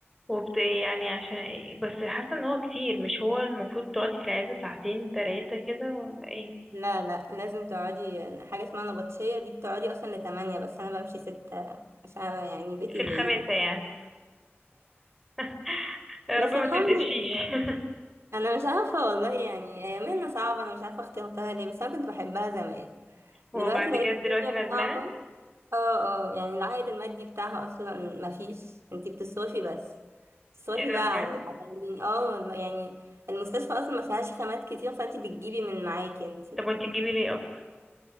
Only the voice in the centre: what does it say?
وبت يعني عشان ايه بس حاسه ان هو كتير مش هو المفروض تقعدي في العياده ساعتين تلاتة كده ولا ايه
في الخباثه
يعني
<laughs> يا
رب ما
تتقفشيش
<laughs>
وبعد
كده
دلوقتي ندمانة
ايه ده
بجد
طب وانت تجيبي ليه اصلا